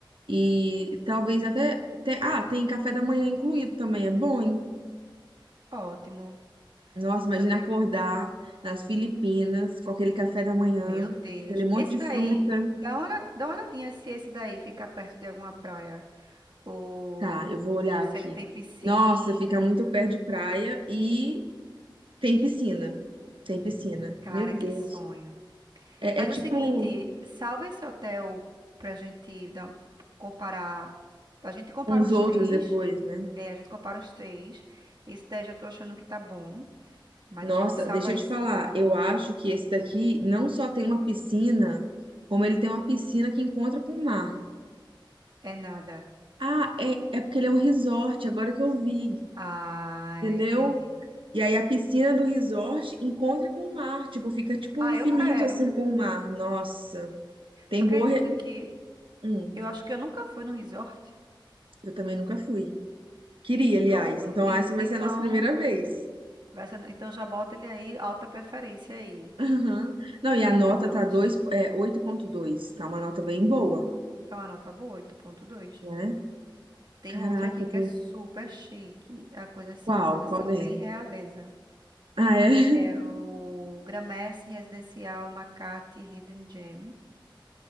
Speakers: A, on the right; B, on the right.
A: e talvez até, até- ah, tem café da manhã incluído também, é bom, hein?
B: Ótimo.
A: Nossa,
B: Eu
A: imagina
B: tô vendo.
A: acordar nas Filipinas com aquele café da manhã,
B: Meu Deus.
A: aquele monte
B: Esse daí,
A: de fruta.
B: dá uma, olha- dá uma olhadinha se esse daí fica perto de alguma praia. Ou
A: Tá, eu vou olhar
B: se
A: aqui.
B: ele tem piscina.
A: Nossa, fica muito perto de praia e tem piscina. Tem piscina.
B: Cara,
A: Meu Deus.
B: que sonho.
A: É,
B: Faz
A: é tipo
B: o seguinte, salva esse hotel pra gente dar- comparar. A gente compara
A: uns
B: uns
A: outros
B: três.
A: depois, né?
B: É, a gente compara uns três. Esse daí já tô achando que tá bom. Mas
A: Nossa,
B: a gente salva
A: deixa eu
B: esse.
A: te falar. Eu acho que esse daqui não só tem uma piscina, como ele tem uma piscina que encontra com o mar.
B: É nada.
A: Ah, é, é porque ele é um resort, agora que eu vi,
B: Ah,
A: entendeu?
B: entendi.
A: E aí a piscina do resort encontra com o mar. Tipo, fica tipo
B: Ah,
A: infinito
B: eu quero.
A: assim com o mar. Nossa. Tem
B: Tu acredita
A: boa. re-
B: que
A: Hum,
B: eu acho que eu nunca fui no resort?
A: eu também nunca fui. Queria, aliás.
B: Pronto.
A: Então,
B: En-
A: essa vai
B: Então,
A: ser a nossa primeira vez.
B: vai ser- então já bota ele aí, alta preferência aí,
A: Aham. Não, e a nota
B: resort.
A: tá dois, é, oito ponto dois. Tá uma nota bem boa,
B: Então, a nota boa, oito ponto dois.
A: né?
B: Tem
A: Caraca,
B: outro aqui
A: eu
B: que
A: tô...
B: é super chique. É a coisa assim,
A: qual?
B: uma coisa assim,
A: Qual dele?
B: bem realeza.
A: Ah, é? <laughs>
B: É o Gramercy Residencial Makati Hidden Gem.